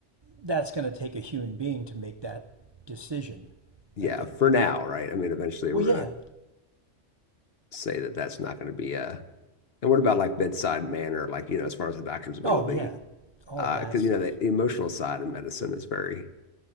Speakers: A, on the right; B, on the left.
A: that's going to take a human being to make that decision,
B: Yeah.
A: I think.
B: For now, right? I mean, eventually
A: Well,
B: we're
A: yeah,
B: going to say that that's not going to be a. And what about like bedside manner, like, you know, as far as the doctor's ability?
A: Oh, yeah, all
B: Because,
A: of that
B: uh,
A: stuff.
B: you know, the emotional side of medicine is very